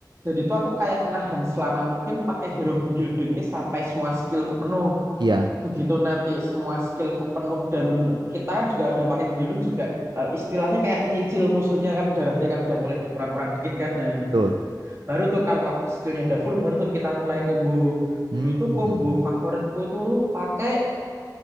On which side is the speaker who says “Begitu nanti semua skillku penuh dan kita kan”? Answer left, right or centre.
Right